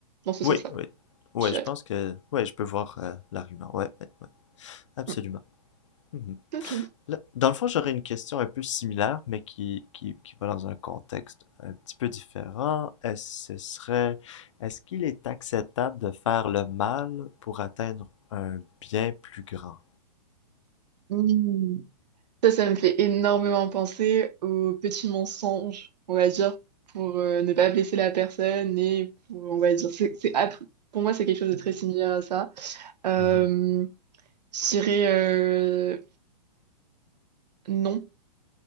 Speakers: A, on the right; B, on the left.
A: Dans ce
B: oui,
A: sens-là,
B: oui, oui
A: je dirais.
B: je pense que oui je peux voir euh, l'argument, ouais, ouais, ouais, absolument.
A: Mm.
B: Mhm.
A: Ok.
B: Là, Dans le fond, j'aurais une question un peu similaire, mais qui, qui, qui va dans un contexte un petit peu différent. Est-ce, ce serait, est-ce qu'il est acceptable de faire le mal pour atteindre un bien plus grand?
A: Mm. Ça, ça me fait énormément penser aux petits mensonges, on va dire, pour euh, ne pas blesser la personne et pour, on va dire, c'est, c'est, app- pour moi, c'est quelque chose de très similaire à ça. Euh,
B: Mhm,
A: je dirais euh, non.